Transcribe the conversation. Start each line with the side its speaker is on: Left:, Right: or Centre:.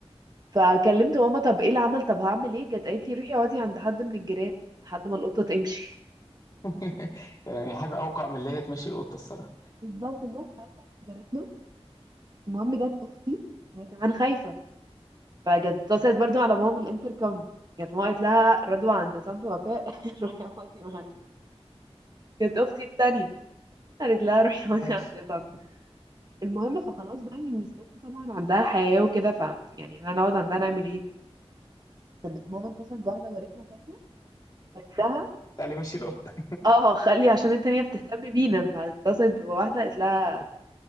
Right: فكلمت ماما طب ايه العمل طب هعمل ايه جت قالت لي روحي اقعدي عند حد من الجيران لحد ما القطه تمشي
Left: <laughs> يعني حاجة أوقع من اللي هي تمشي القطة الصراحة
Right: بالظبط نروح ساعتها عند جارتنا المهم جت اختي هي كمان خايفه فجت اتصلت برضو على ماما من الانتركم جت ماما قالت لها رضوى عند طنط وفاء <laughs> روحي اقعدي معايا جت اختي التانية قالت لها روحي اقعدي
Left: ماشي
Right: عند طنط المهم فخلاص بقى يعني الست طبعا عندها حياه وكده ف يعني احنا هنقعد عندها نعمل ايه كانت ماما اتصلت بواحده جارتنا تانية نفسها
Left: تعالي مشي القطة
Right: اه خلي عشان التانية بتهتم بينا فاتصلت بواحدة قالت لها